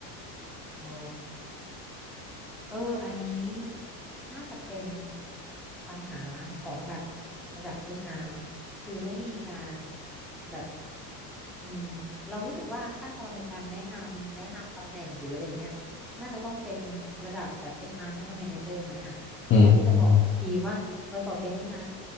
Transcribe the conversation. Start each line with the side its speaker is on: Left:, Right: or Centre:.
Centre: อ๋อ เอออันนี้น่าจะเป็นปัญหาของแบบระดับ HR เนอะคือไม่มีการแบบอืมเรารู้สึกว่าขั้นตอนในการแนะนำแนะนำตำแหน่งหรืออะไรเงี้ยน่าจะต้องเป็นระดับแบบ HR ไม่ก็ Manager ไหมอ่ะ
Left: อืม
Centre: ในการที่จะบอกทีมว่าเออต่อไปนี้นะ